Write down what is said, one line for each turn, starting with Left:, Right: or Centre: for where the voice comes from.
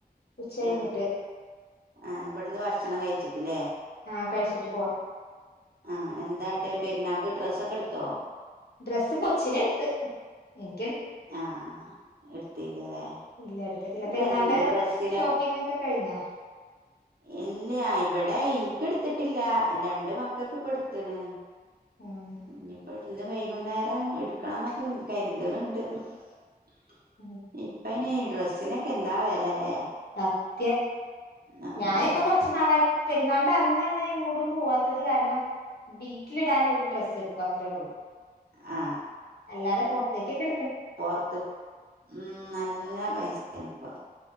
Left: ഉച്ച കഴിഞ്ഞിട്ട്
Right: ആഹ് ആഹ് ഇവിടുന്ന് ഭക്ഷണം കഴിച്ചിട്ടില്ലേ
Left: ആഹ് കഴിച്ചിട്ട് പോണം
Right: ആഹ് എന്താട്ട് പെരുന്നാക്ക് ഡ്രസ്സൊക്കെ എടുത്തോ
Left: ഡ്രസ്സ് കൊച്ചിന് എടുത്ത് എം
Right: ആഹ് എടുത്തില്ലല്ലേക്ക
Left: ഇല്ല എടുത്തിട്ടില്ല പെരുന്നാളിന്റെ
Right: ഡ്രസിന്
Left: ഷോപ്പിംഗ് ഒക്കെ കഴിഞ്ഞാ
Right: ഇല്ല ഇവിടെ ഇൻ കെടുത്തിട്ടില്ല രണ്ട് മക്കൾക്ക് എടുത്ത് ണ്
Left: ഉം
Right: ഇനിപ്പോ ഇടുന്ന് വൈകുന്നേരം ഇവിം എടുക്കണം എന്നൊക്കെ കരുതണുണ്ട് <inaudible>
Left: ഉം
Right: ഇപ്പനെ ഡ്രസ്സിനൊക്കെ എന്താ വില അല്ലേ
Left: ആ ത്യം
Right: ആഹ്
Left: ഞാനിപ്പ കുറച്ചു നാളായിട്ട് പെരുന്നാളുടെ അന്ന് അങ്ങനെ ഇങ്ങോട്ടും പോവാത്തത് കാരണം വീട്ടിലിടാനൻ ഒരു ഡ്രസ്സ് എടുക്കും അത്രേ ഉള്ളൂ
Right: അ
Left: അല്ലാതെ പുറത്തേക്ക് കിട്
Right: റത്ത് ഉം നല്ല പൈസയാണ് ഇപ്പ